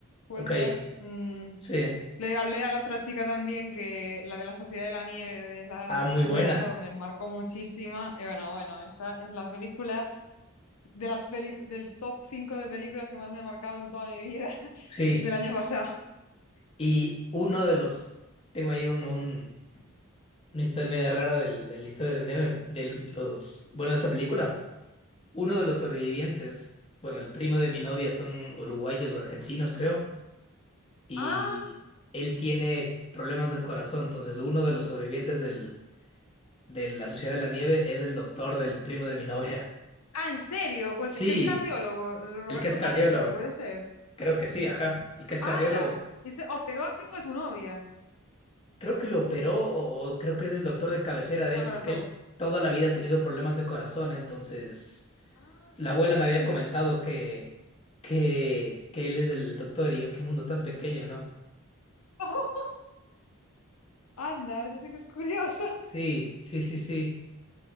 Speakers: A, on the left; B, on the left.
A: sueltas.
B: ok,
A: mm,
B: sí.
A: Le hablé a la otra chica también, que la de la Sociedad de la Nieve de las-
B: Ah, muy
A: del año
B: buena,
A: pasado me marcó muchísima. Y bueno, bueno, esa es la película de las peli del top 5 de películas que más me ha marcado en toda mi vida <laughs>
B: sí.
A: del año pasado.
B: Y uno de
A: Sí.
B: los, tengo ahí un, un- una historia media rara del, de la historia del nieve, de los, bueno, de esta película. Uno de los sobrevivientes, bueno, el primo de mi novia son uruguayos o argentinos, creo, y
A: Ah,
B: él tiene problemas del corazón, entonces uno de los sobrevivientes del de la Sociedad de la Nieve es el doctor del primo de mi novia.
A: ah, ¿en serio? O
B: Sí,
A: El, el que es cardiólogo, el Roberto
B: El que es cardiólogo.
A: Canesa, puede ser.
B: Creo que sí, ajá. El que es
A: ¡Hala!
B: cardiólogo.
A: Ese operó al primo de tu novia.
B: Creo que lo operó o, o creo que es el doctor de cabecera de él,
A: Lo trató.
B: porque él toda la vida ha tenido problemas de corazón. Entonces,
A: ¡Ah,
B: la
A: qué
B: abuela
A: fuerte!
B: me había comentado que, que, que él es el doctor y yo, qué mundo tan pequeño, ¿no?
A: <laughs> ¡Anda, eso sí que es curioso!
B: Sí, sí, sí, sí.